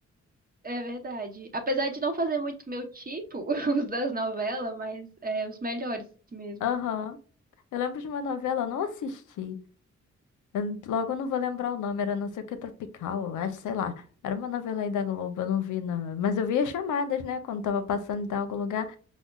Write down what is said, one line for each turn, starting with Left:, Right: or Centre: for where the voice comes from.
Right: É verdade. Apesar de não fazer muito meu tipo, <laughs> os das novelas, mas é os melhores mesmo.
Left: Aham. Eu lembro de uma novela, eu não assisti. Eu n- logo eu não vou lembrar o nome, era não sei o que Tropical, eu acho, sei lá. Era uma novela aí da Globo, eu não vi, não. Mas eu via chamadas, né? Quando tava passando em algum lugar.